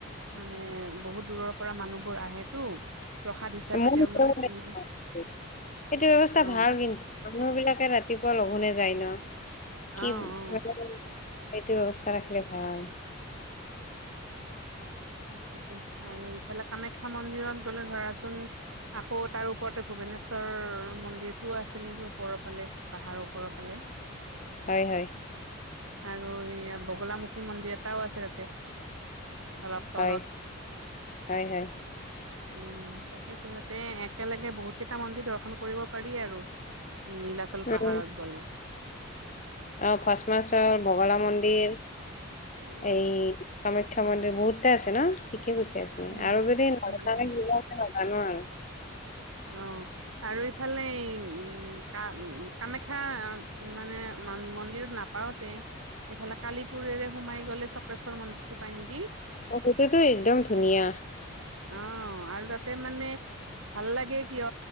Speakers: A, on the right (about 75°); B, on the left (about 35°).
A: মানে বহুত দূৰৰ পৰা মানুহবোৰ আহেতো। প্ৰসাদ হিচাপে
B: <unintelligible>
A: তেওঁলোকে তেনেকে
B: সেইটো ব্যৱস্থা
A: অ
B: ভাল কিন্তু। মানুহ বিলাকে ৰাতিপুৱা লঘোনে যায় ন
A: অ
B: কি এইটো
A: অ
B: ব্যৱস্থা ৰাখিলে ভাল। <inaudible>
A: সেইটো আৰু ইফালে কামাখ্যা মন্দিৰত গলে ধৰাচোন আকৌ তাৰ ওপৰতে ভূৱনেশ্বৰৰ মন্দিৰটোও আছে নেকি ওপৰৰ ফালে পাহাৰৰ ওপৰৰ ফালে।
B: হয়, হয়।
A: আৰু সেয়া বগলামুখী মন্দিৰ এটাও আছে তাতে। অলপ
B: হয়
A: তলত।
B: হয় হয়
A: উম, তাকে তহঁতে একেলগে বহুত কেইটা মন্দিৰ দৰ্শন কৰিব পাৰি আৰু। উম, নীলাচল
B: উম
A: পাহাৰত গ'লে।
B: অ, ফচ মাছৰ বগলা মন্দিৰ
A: উম,
B: এই কামাখ্যা মন্দিৰ বহুতে আছে না ঠিকে কৈছে আপুনি
A: উম,
B: আৰু যদি নাজানো আৰু।
A: অ। আৰু ইফালে এই উম কা কামাখ্যা মানে মন্দিৰত নাপ পাওতে এইফালে কালিপুৰেৰে সোমাই গলে চক্ৰেশ্বৰ মন্দিৰটো পাই নেকি।
B: অ, সেইটোতো একদম ধুনীয়া।
A: অ, আৰু তাতে মানে ভাল লাগ লাগে কিয়